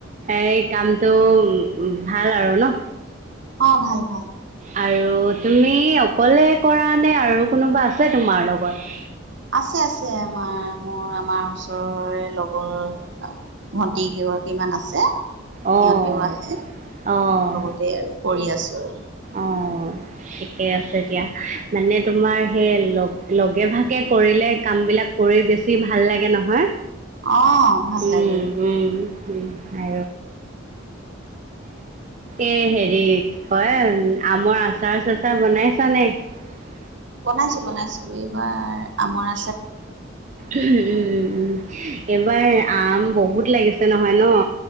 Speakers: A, on the right; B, on the right.
A: এই কামটো ভাল আৰু লহ
B: অঁ ভাল ভাল
A: আৰু তুমি অকলে কৰা নে আৰু কোনোবা আছে তোমাৰ লগত?
B: আছে আছে আমাৰ মোৰ আমাৰ ওচৰৰে লগৰ ভণ্টি কেইগৰাকী মান আছে
A: অঁহ
B: সিহঁতেও আহে
A: অঁহ
B: লগতে আৰু কৰি আছো আৰু
A: অঁহ ঠিকেই আছে দিয়া মানে তোমাৰ সেই লগ লগে ভাগে কৰিলে কাম বিলাক কৰি বেছি ভাল লাগে নহয়
B: অ ভাল
A: উঁম
B: লাগে
A: উঁম আৰু পিছে এই হেৰি কি কয় আমৰ আচাৰ চাচাৰ বনাছা নে? <unintelligible>
B: বনাইছো বনাইছো এইবাৰ আমাৰ
A: উঁম উঁম উঁম এইবাৰ আম বহুত লাগিছে। নহয় ন